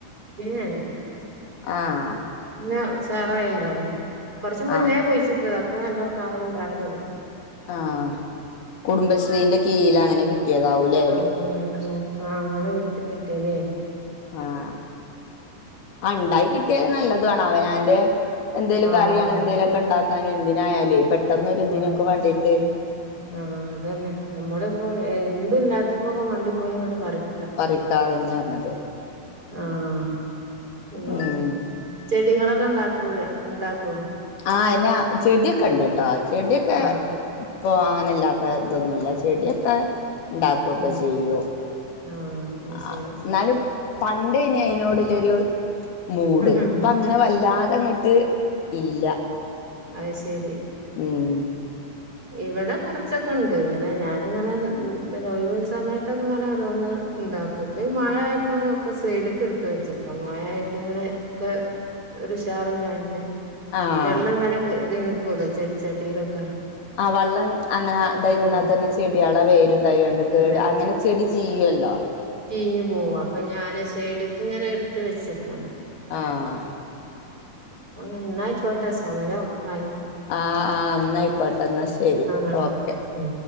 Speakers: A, on the right; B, on the left.
A: <unintelligible>
B: ആഹ്
A: ഇല്ല ഉചാറായി ണ്ടായിന് കൊറച് മുന്നേ
B: ആ
A: കുഴിച്ചിട്ടതാ അപ്പൊ നല്ലോ കായ് ഉണ്ടാലൊടങി
B: ആഹ് ആ കുടുംബശ്രീന്റെ കീൽ അങ്ങനെ കി ട്ടിയതാവും ല്ലെ
A: ആഹ് ആഹ് ആഹ് ആഹ് അങ്ങനെ വിത്ത് കിട്ടിയതേനി
B: ആഹ് ണ്ടായി കിട്ടിയ നല്ലതു ആണ് അവനന്റെ എന്തേലും
A: ആഹ്
B: കറി അങ്ങനെ എന്തേങ്കലുംക്കെ ഇണ്ടാക്കാനും എന്തിനായാലേ പെട്ടെന്നൊ ഒരുരിതിനൊക്കെ
A: ആഹ്
B: വണ്ടീട്ട്
A: ആഹ് അതന്നെ നമ്മള ഇപ്പോ എന്തു ല്ലാത്തപ്പോയോക്കെ മണ്ടി പോയി ഇങ്ങോട്ട് പറിക്ക
B: പറിക്കാതെന്നെ പറഞ്ഞത്
A: ആഹ് പിന്നെ
B: ഉം
A: ചെടികളൊക്കെ ഇണ്ടാക്കൂല ഉണ്ടാക്കോ
B: ആഹ് അനാ ചെടിയൊക്കെ ണ്ട് ട്ടോ ചെടിയൊക്കെ
A: ആഹ്
B: ഇപ്പൊ അങ്ങനെല്ലാത്ത തൊന്നുല ചെടിയൊക്കെ ണ്ടക്കൊക്കെ
A: ആഹ്
B: ചെയ്യും
A: ആഹ് അത്
B: ആഹ്
A: ശരി
B: ന്നാലും പണ്ടേനി അതിനതിനോടുള്ളരു മൂട്
A: ആഹ്
B: ഇപ്പ ങ്ങനെ വല്ലാതെങ്ങട്ട് ഇല്ല
A: അഹ് ശരി
B: ഉം
A: ഇവിടെ കുറച്ചൊക്കെ ണ്ട് ഇങ്ങനെ ഞാന് ഇങ്ങനെ പിന്നെ ഒഴിവി സമയത്തൊക്കെ ഇങ്ങനെ ഓരോന്ന് ഇണ്ടാക്കും ഇപ്പ ഈ മഴയപ്പോ അങ്ങനെ ഒക്കെ സൈഡക്കെ എടുത്ത് വെച്ചക്കാ മഴായിട്ട് ഇങ്ങനെ ഒക്കെ ഒരു ഉശറില്ലായിട്ട്
B: ആഹ്
A: വെള്ളം ങ്ങനക്കെ ഇത് നിക്കുവല്ലോ ചെടിച്ചട്ടിയിലൊക്കെ
B: ആഹ് വള്ളം അങ്ങനെ അതയ് നിന്നാൽ
A: ആഹ്
B: തന്നെ ചെടികളെ വേരും ദയാണ്ട് കേട്
A: എന്താ
B: അങ്ങനെ ചെടി ചീയ്യൊല്ലോ
A: ചീഞ്ഞു പോവാ അപ്പൊ ഞാൻ സൈഡ്ക്ക് ഇങ്ങനെ എടുത്ത് വെച്ചക്കാണ്
B: ആഹ്
A: അപ്പങ്ങനെ എന്നായിക്കോട്ടെ സമയം ആയി
B: ആഹ് ആഹ് എന്നായിക്കോട്ടെ എന്നാ ശരി
A: ആഹ്
B: ഓക്കെ
A: ഉം